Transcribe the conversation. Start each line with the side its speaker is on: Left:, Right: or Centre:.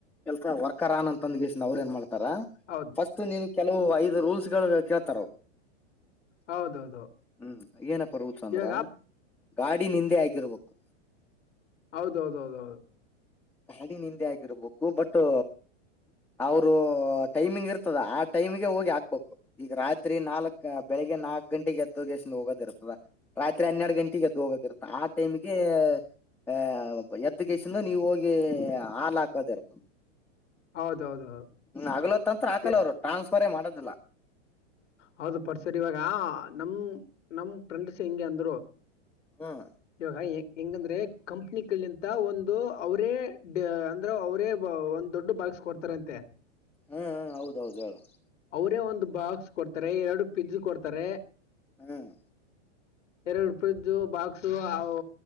Centre: ಕೆಲ್ಸ ವರ್ಕರ್ ಅನ್ ಅಂತಂದಗಿಸ ಅವ್ರ ಎನ್ ಮಾಡ್ <unintelligible>
Left: ಹೌದು
Centre: ಫಸ್ಟ್ ನೀನು ಕೆಲವು ಐದು ರೂಲ್ಸ್ ಗಳು ಕೇಳ್ತಾರ್ವರು.
Left: ಹೌದೌದು
Centre: ಹ್ಮ್ ಏನಪ್ಪ ರೂಲ್ಸ್ ಅಂದ್ರ.
Left: ಇವಾಗ
Centre: ಗಾಡಿ ನಿಂದೆ ಆಗಿರ್ಬೇಕು.
Left: ಹೌದೌದೌದ ಹೌದು.
Centre: ಗಾಡಿನಿಂದೆ ಆಗಿರ್ಬೇಕು ಬಟು. ಅವರು ಟೈಮಿಂಗ್ ಇರ್ತದ ಆ ಟೈಮಿಗೆ ಹೋಗಿ ಹಾಕ್ಬೇಕು ಈಗ ರಾತ್ರಿ ನಾಲ್ಕ ಬೆಳಿಗ್ಗೆ ನಾಕ್ ಗಂಟೆಗೆ ಎದ್ದುಲೊಗೇಶನ್ ಹೋಗೋದಿರ್ತದ ರಾತ್ರಿ ಹನ್ನೆರ ಗಂಟೆಗೆ ಎದ್ದು ಹೋಗೋದಿರ್ತ ಆ ಟೈಮ್ಗೆ <unintelligible> ಆಹ ಎದ್ದ ಗೇಸಿಂದ ನೀವ್ ಹೋಗಿ ಹಾಲು ಹಾಕೋದೇ ಇರ್ತ
Left: ಹೌದೌದು
Centre: ಹಗಲೊತಂದ್ರ ಹಾಕಲ್ಲ
Left: ಏ
Centre: ಅವರು ಟ್ರಾನ್ಸ್ಫರೇ ಮಾಡದಿಲ್ಲ.
Left: ಹೌದು ಪರ್ಸರ್ ಇವಾಗ ನಮ್ ನಮ್ ಫ್ರೆಂಡ್ಸ್ ಹಿಂಗೆ ಅಂದ್ರು.
Centre: ಹ್ಮ್
Left: ಇವಾಗ ಹೆಂಗಂದ್ರೆ ಕಂಪ್ನಿ ಕಲ್ಲಿಂತ ಒಂದು ಅವರೆ ಅಂದ್ರೆ ಅವರೇ ಒಂದ ದೊಡ್ಡ ಬಾ <unintelligible> ಕೊಡ್ತಾರ ಅಂತೆ.
Centre: ಹ್ಮ ಹೌದೌದು ಹೇಳು
Left: ಅವರೇ ಒಂದು ಬಾಕ್ಸ್ ಕೊಡ್ತಾರೆ ಎರಡು ಫ್ರಿಡ್ಜ್ ಕೊಡ್ತಾರೆ.
Centre: ಹ್ಮ್
Left: ಎರಡು ಫ್ರಿಡ್ಜು ಬಾಕ್ಸು ಅವು